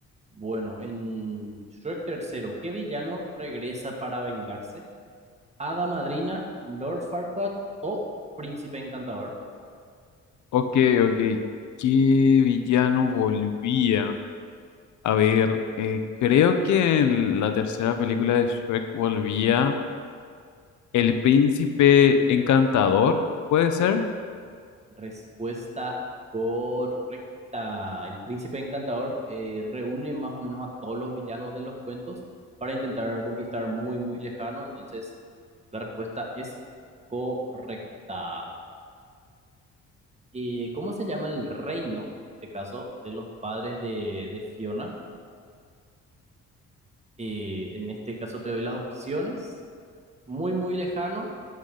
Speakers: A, on the right; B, on the left.
A: Bueno, en Shrek tercero, ¿qué villano regresa para vengarse? ¿Hada Madrina, Lord Farquaad o Príncipe Encantador?
B: Ok, ok, ¿qué villano volvía? A ver, eh, creo que en la tercera película de Shrek volvía el príncipe encantador, ¿puede ser?
A: Respuesta correcta. El Príncipe Encantador eh, reúne más o menos a todos los villanos de los cuentos para intentar conquistar muy, muy lejano. Entonces, la respuesta es correcta. Eh, ¿cómo se llama el reino, en este caso, de los padres de, de Fiona? Eh, en este caso te doy las opciones. Muy, muy lejano.